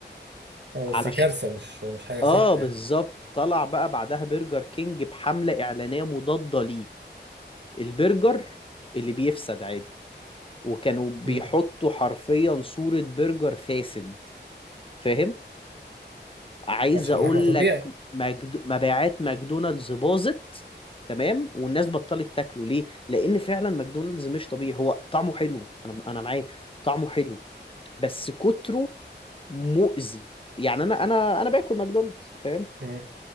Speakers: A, on the right; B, on the left.
A: اه
B: علش
A: بس دي كارثة مش مش حاجة
B: اه
A: صح
B: بالظبط
A: يعني
B: طلع بقى بعدها برجر كينج بحمله اعلانيه مضاده ليه البرجر اللي بيفسد عادي وكانوا بيحطوا
A: مم.
B: حرفيا صوره برجر فاسد فاهم عايز
A: عشان
B: اقول
A: اللحمة طبيعي
B: لك مجد... مبيعات ماكدونالدز باظت تمام والناس بطلت تاكله ليه لان فعلا ماكدونالدز مش طبيعي هو طعمه حلو انا انا معاك طعمه حلو بس كتره مؤذي يعني انا انا انا باكل ماكدونالدز فاهم
A: مم.